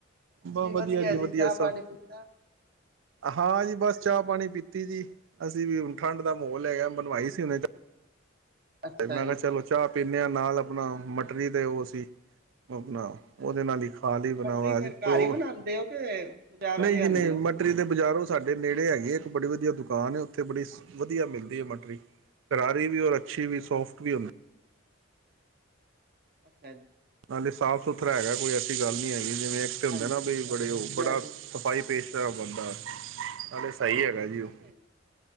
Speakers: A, on the right; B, on the right.
A: ਬਸ ਵੱਧੀਆ
B: ਵਧੀਆ
A: ਜੀ ਵੱਧੀਆ
B: ਚਾਹ
A: ਸਭ।
B: ਪਾਣੀ ਪੀਤਾ
A: ਹਾਂ ਜੀ ਬਸ ਚਾਹ ਪਾਣੀ ਪੀਤੀ ਜੀ ਅਸੀਂ ਵੀ ਹੁਣ ਠੰਢ ਦਾ ਮਾਹੌਲ ਹੈਗਾ, ਬਣਵਾਈ ਸੀ ਹੁਣੇ ਚਾ
B: ਅੱਛਾ
A: ਤੇ ਮੈਂ
B: ਜੀ
A: ਕਿਹਾ ਚਲੋ ਚਾਹ ਪੀਨੇ ਆ ਨਾਲ ਆਪਣਾ ਮਟਰੀ ਤੇ ਉਹ ਸੀ ਉਹ ਬਣਾ
B: ਅੱਛਾ
A: ਉਹਦੇ
B: ਜੀ
A: ਨਾਲ ਹੀ ਖਾ ਲਈ
B: ਤੇ
A: ਬਣਾਵਾਦੀ
B: ਮਟਰੀ ਫੇਰ ਘਰ
A: ਪ੍ਰੋ
B: ਹੀ ਬਣਾਉਂਦੇ ਹੋ ਤੇ ਬਜ਼ਾਰੋਂ
A: ਨਹੀਂ
B: ਲਿਆਂਦੇ
A: ਜੀ ਨਹੀਂ ਮਟ
B: ਹੋ
A: ਮਟਰੀ ਦੇ ਬਾਜ਼ਾਰੋਂ ਸਾਡੇ ਨੇੜੇ ਹੈਗੀ ਏ ਇੱਕ ਬੜੀ ਵੱਧੀਆ ਦੁਕਾਨ ਏ ਉੱਥੇ ਬੜੀ ਵੱਧੀਆ ਮਿਲਦੀ ਏ ਮਟਰੀ। ਕਰਾਰੀ ਵੀ ਔਰ ਅੱਛੀ ਵੀ ਸੋਫਟ ਵੀ ਹੁੰਦੀ।
B: <unintelligible>
A: ਨਾਲੇ ਸਾਫ਼ ਸੁਥਰਾ
B: ਠੀਕ
A: ਹੈਗਾ ਕੋਈ ਐਸੀ ਗੱਲ ਨਹੀਂ ਹੈਗੀ ਜਿਵੇਂ ਇੱਕ ਤੇ ਹੁੰਦੇ
B: ਹਾਂਜੀ
A: ਨਾ ਬਈ
B: ਚਲੋ
A: ਬੜੇ ਉਹ
B: ਵਧੀਆ
A: ਬੜਾ
B: ਜੀ
A: ਸਫ਼ਾਈ ਪੇਸ਼ਟ ਦਾ ਬੰਦਾ ਨਾਲੇ ਸਹੀ
B: ਹਾਂਜੀ
A: ਹੈਗਾ ਜੀ
B: ਠੀਕ
A: ਉਹ।
B: ਹੈ